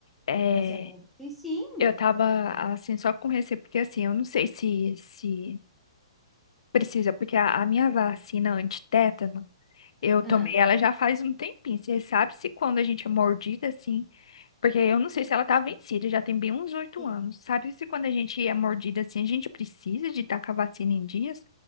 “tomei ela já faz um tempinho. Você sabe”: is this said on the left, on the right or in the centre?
Left